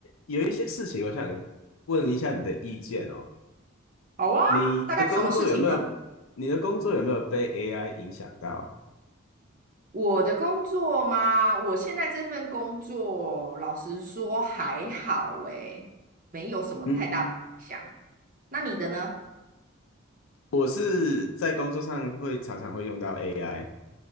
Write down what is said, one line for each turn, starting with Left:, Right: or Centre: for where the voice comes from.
Left: 有一些事情，我想问一下你的意见哦。
Right: 好啊，
Left: 你的工作有没有，
Right: 大概什么事情呢？
Left: 你的工作有没有被 AI 影响到？
Right: 我的工作吗？我现在这份工作，老实说还好诶，没有什么太大的影响。
Left: 嗯，
Right: 那你的呢？
Left: 我是在工作上会常常会用到 AI，